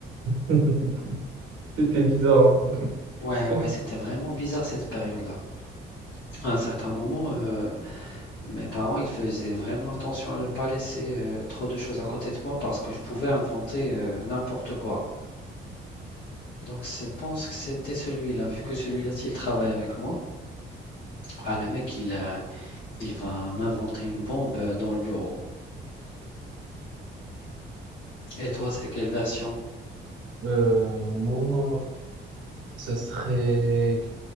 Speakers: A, on the right (about 80°); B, on the left (about 65°).
A: <laughs> C'était bizarre en fait.
B: Ouais, ouais, c'était
A: <laughs>
B: vraiment bizarre cette période-là. À un certain moment, euh, mes parents, ils faisaient vraiment attention à ne pas laisser euh, trop de choses à côté de moi parce que je pouvais inventer euh, n'importe quoi. Donc, je pense que c'était celui-là. Vu que celui-là, s'il travaille avec moi, ah, le mec, il, euh, il va m'inventer une bombe euh, dans le bureau. Et toi, c'est quelle version?
A: Euh, moi, ce serait,